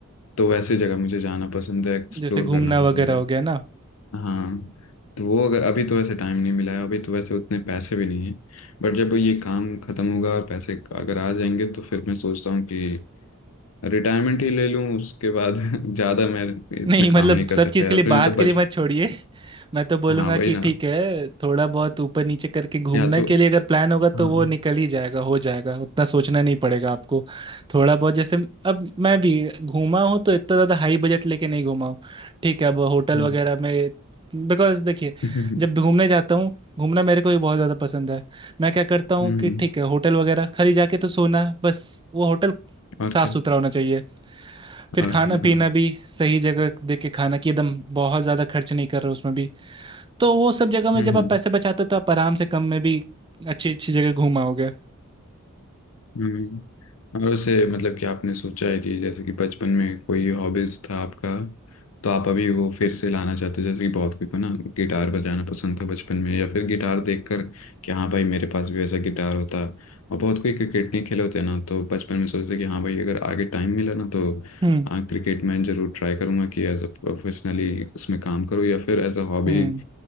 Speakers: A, on the left; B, on the right.
A: तो वैसे जगह मुझे जाना पसंद है एक्सप्लोर
B: जैसे घूमना
A: करना पसंद
B: वगैरह
A: है
B: हो गया ना
A: हाँ तो वो अगर अभी तो वैसे टाइम नहीं मिला है अभी तो वैसे उतने पैसे भी नहीं है बट जब ये काम खत्म होगा और पैसे अगर आ जाएंगे तो फिर मैं सोचता हूँ कि रिटायरमेंट ही ले लूँ उसके बाद <laughs> ज़्यादा मैं इसमें
B: नहीं मतलब
A: काम नहीं कर
B: सब
A: सकता
B: चीज़
A: यार
B: के लिए
A: फिर
B: बात
A: नहीं तो
B: के
A: बच
B: लिए मत छोड़िए मैं तो बोलूंगा
A: हाँ वही
B: कि
A: ना
B: ठीक है थोड़ा बहुत ऊपर नीचे करके घूमने
A: या तो
B: के लिए अगर प्लान होगा तो
A: हाँ
B: वो
A: हम्म
B: निकल ही जाएगा हो जाएगा उतना सोचना नहीं पड़ेगा आपको थोड़ा बहुत जैसे अब मैं भी घूमा हूँ तो इतना ज़्यादा हाई बजट लेके नहीं घूमा हूँ ठीक है अब होटल
A: <laughs>
B: वगैरह में बिकॉज देखिए
A: हम्म हम्म, हम्म,
B: जब घूमने जाता हूँ घूमना मेरे को भी बहुत ज़्यादा पसंद है मैं क्या करता हूँ
A: हम्म,
B: कि
A: हम्म,
B: ठीक है होटल वगैरह खाली जाके तो सोना बस वो होटल
A: और
B: साफ
A: क्या
B: सुथरा होना चाहिए फिर
A: और
B: खाना
A: क्या
B: पीना
A: हाँ
B: भी सही जगह देख के खाना कि एकदम बहुत ज़्यादा खर्च नहीं कर रहे हो उसमें भी तो वो सब जगह में
A: हम्म
B: जब आप
A: हम्म
B: पैसे बचाते हो तो आप आराम से कम में भी अच्छी अच्छी जगह घूम आओगे
A: हम्म। और वैसे मतलब कि आपने सोचा है कि जैसे कि बचपन में कोई हॉबीज था आपका तो आप अभी वो फिर से लाना चाहते हो जैसे कि बहुत कोई को ना गिटार बजाना पसंद था बचपन में या फिर गिटार देखकर कि हाँ भाई मेरे पास भी वैसा गिटार होता और बहुत कोई क्रिकेट नहीं खेले होते हैं ना तो बचपन में सोचते कि हाँ भाई अगर आगे टाइम मिला ना तो
B: हम्म
A: हाँ क्रिकेट में जरूर ट्राई करूँगा कि एज अ प्रोफेशनली उसमें काम करूँ या फिर एज अ हॉबी
B: हम्म